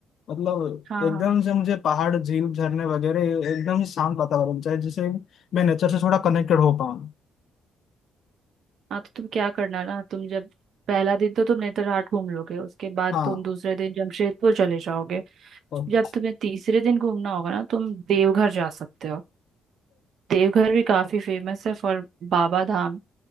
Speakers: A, on the left; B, on the right.
A: मतलब
B: हाँ
A: एकदम
B: हाँ
A: से मुझे पहाड़ झील झरने वगैरह एकदम ही शांत वातावरण चाहिए जिससे मैं नेचर से थोड़ा कनेक्टेड हो पाऊँ
B: हाँ तो तुम क्या करना ना तुम जब पहला दिन तो तुम नेतरहाट घूम लोगे उसके बाद
A: हाँ
B: तुम दूसरे दिन जमशेदपुर चले जाओगे
A: ओके
B: जब तुम्हें तीसरे दिन घूमना होगा ना तुम देवघर जा सकते हो देवघर भी काफी फेमस है फॉर बाबा धाम